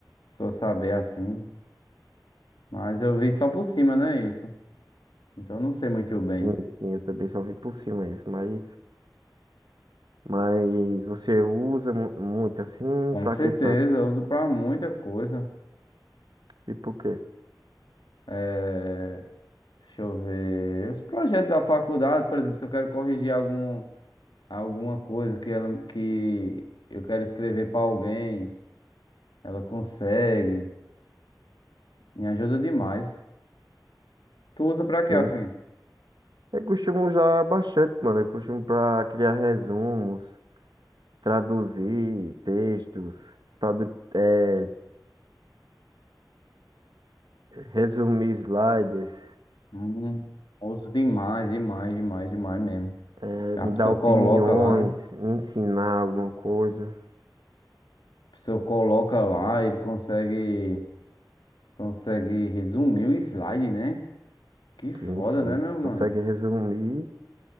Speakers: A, on the left; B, on the right.
A: só saber assim. Mas eu vi só por cima, né? Isso. Então eu não sei muito bem.
B: Sim, sim, eu também só vi por cima isso, mas. Mas você usa mu- muito assim,
A: Com
B: pra
A: certeza,
B: que tanto?
A: eu uso pra muita coisa.
B: Tipo o quê?
A: É, deixa eu ver. Os projetos da faculdade, por exemplo, se eu quero corrigir algum, alguma coisa que, ela, que eu quero escrever pra alguém, ela consegue. Me ajuda demais. Tu usa pra
B: Sim.
A: quê assim?
B: Eu costumo usar bastante, mano. Eu costumo pra criar resumos, traduzir textos, tradu eh, Resumir slides,
A: Hum, osso demais, demais, demais, demais mesmo.
B: eh,
A: A
B: me
A: pessoa
B: dar opiniões,
A: coloca lá, né?
B: me ensinar alguma coisa.
A: A pessoa coloca lá, ele consegue, consegue resumir o slide, né? Que foda,
B: Sim, sim.
A: né, meu mano?
B: Consegue resumir